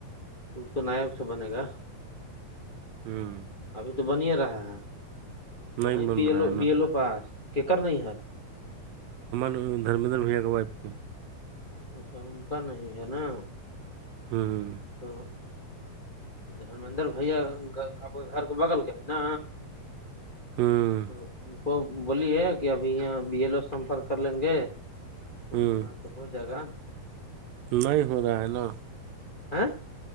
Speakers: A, on the left; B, on the right.
A: تو اس تو نیاب سے بنے گا
B: ہاں
A: ابھی تو بنیا رہا ہے
B: نہیں
A: وہیں
B: بن
A: بیل
B: رہا
A: او
B: ہے
A: بی ایل او پاس کیکر نہیں ہے
B: ر دھرمدر بھیا کے وائف کے
A: اچھا ان کا نہیں ہے نا
B: ہاں
A: تو دھرمدر بھیا آپ گھر کے بغل کے ہے نا
B: ہوں
A: تو ت کو بولی ہے کہ ابھی یہ بی ایل او سمپرک کر لیں گے تو
B: ہوں
A: وہاں تو ہو جائے گا
B: نہیں ہو رہا ہے نا
A: آاں